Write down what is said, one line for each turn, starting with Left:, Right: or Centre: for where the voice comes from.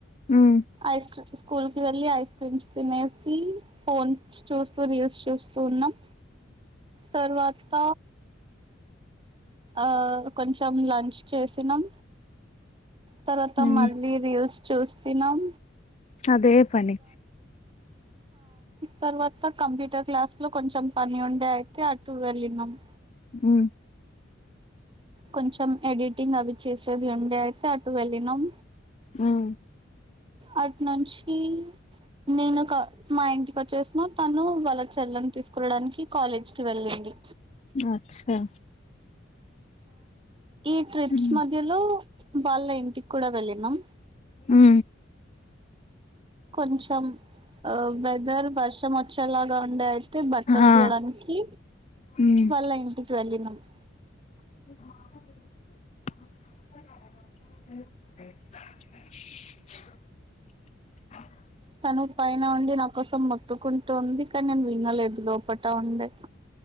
Left: ఉమ్.
Right: ఐస్క్రీ స్కూల్ కి వెళ్ళి ఐస్ క్రీమ్స్ తినేసి ఫోన్ చూస్తూ రీల్స్ చూస్తూ న్నాం తర్వాత ఆ కొంచెం లంచ్ చేసినాం తర్వాత
Left: ఉమ్.
Right: మళ్ళీ రీల్స్ చూస్ చూస్తున్నం
Left: అదే పనిి
Right: తర్వాత కంప్యూటర్ క్లాస్ లో కొంచెం పని ఉండే అయితే అటు వెళ్ళినాము
Left: ఉ
Right: కొంచెం ఎడిటింగ్ అవి చేసేది ఉండే అటు వెళ్ళినం
Left: ఉమ్.
Right: అటు నుంచి నేను ఒక మా ఇంటి వచ్చేసినం తను వాళ్ళ చెల్లెను తీసుకువడానికి కాలేజ్కిి వెళ్ళింది
Left: అచ్చా
Right: ఈ ట్రిప్స్
Left: ఉమ్.
Right: మధ్యలో వాళ్ళ ఇంటికి కూడా వెళ్ళినాం
Left: ఆ
Right: కొంచెం ఆ వెదర్ వర్షం వచ్చేలాగా ఉండే అయితే బట్టలు
Left: ఆ.
Right: తీయడానికి
Left: ఉమ్.
Right: వాళ్ళ ఇంటికి వెళ్ళిన <unintelligible>
Left: <unintelligible> <unintelligible> <unintelligible>
Right: తను పైన ఉండి నాకు కోసం మొత్తుకుంటుంది కానీ నేను వినలేదు లోపట్ ట్ట ఉంది